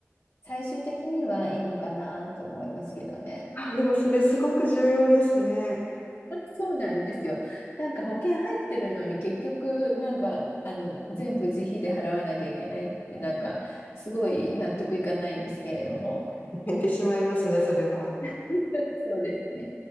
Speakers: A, on the left (about 70°); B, on the left (about 40°).
A: 最終的にはいいのかなと思いますけどね。
B: あでもそれすごく重要ですね。
A: そうなんですよ。なんか保険入ってるのに結局なんかあの全部自費で払わなきゃいけないってなんかすごい納得いかないんですけれども。
B: <laughs> 泣いてしまいますね、それは。
A: <laughs> そうですね。